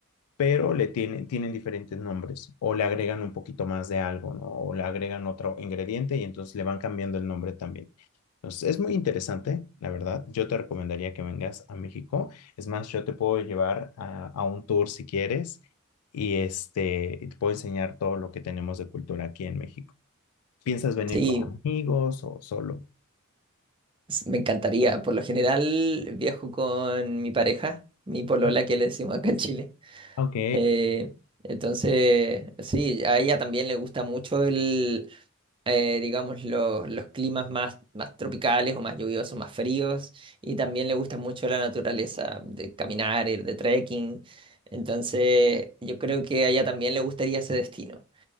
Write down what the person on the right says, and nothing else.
Sí,
s- me encantaría. Por lo general viajo con mi pareja, mi polola
que le decimos acá en Chile.
Eh, entonces, sí, a ella también le gusta mucho el, eh, digamos, los, los climas más, más tropicales o más lluviosos, más fríos, y también le gusta mucho la naturaleza, de caminar, ir de trekking. Entonces, yo creo que a ella también le gustaría ese destino.